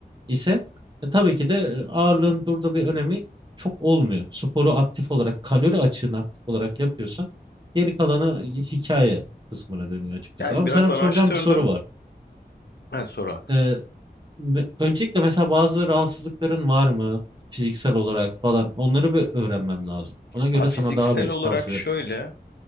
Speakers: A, on the right (about 25°); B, on the left (about 75°).
A: ise e, tabii ki de e, ağırlığın burada bir önemi çok olmuyor. Sporu aktif olarak, kalori açığını aktif olarak yapıyorsan geri kalanı e, hikaye kısmına dönüyor açıkçası.
B: Yani
A: Ama
B: biraz
A: sana
B: araştırdım.
A: bir soracağım bir soru var.
B: Ha, sonra.
A: E, me- öncelikle mesela bazı rahatsızlıkların var mı? Fiziksel olarak falan onları bir öğrenmem lazım. Ona göre
B: Ha, Fiziksel
A: sana daha bir
B: olarak
A: tavsiye
B: şöyle.
A: veririm.